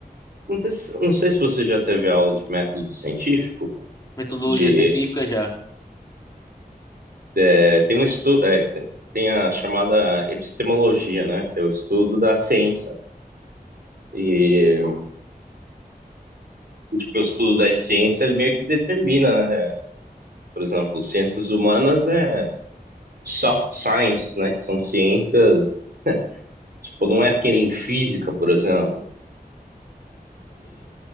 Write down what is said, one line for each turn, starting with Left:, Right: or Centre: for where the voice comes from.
Right: Não sei, se- não sei se você já teve aula de método científico,
Left: metodologia
Right: de
Left: científica já.
Right: é, tem um estudo, tem, tem a chamada epistemologia, né? Que é o estudo da ciência. E, e, tipo, o estudo da ciência, ele meio que determina, né? Por exemplo, ciências humanas é soft science, né? Que são ciências Tipo, não é que nem física, por exemplo.